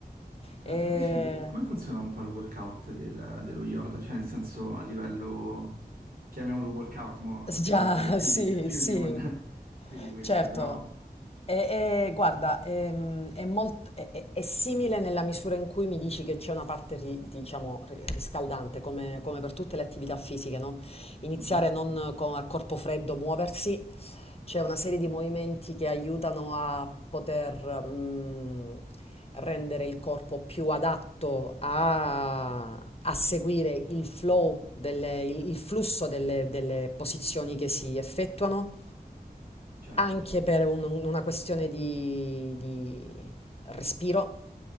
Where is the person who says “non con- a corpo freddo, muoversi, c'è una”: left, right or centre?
Left